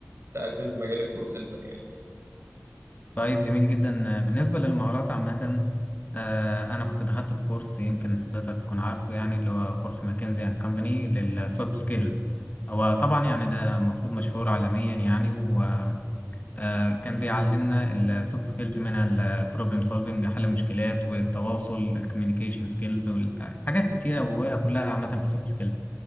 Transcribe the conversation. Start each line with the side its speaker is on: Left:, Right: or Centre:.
Right: تقدم في مجال الكول سنتر يعني
Left: طيب جميل جدا بالنسبة للمهارات عامة آه، أنا كنت دخلت في كورس يمكن حضرتك تكون عارفه يعني اللي هو كورس ماكنزي أند كمباني للسوفت سكيلز هو طبعا يعني ده المفروض مشهور عالميا يعني وكان بيعلمنا السوفت سكيلز من البروبلم سولفنج حل المشكلات والتواصل الكوميونيكيشن سكيلز وحاجات كتيرة وهي كلها عامة في السوفت سكيلز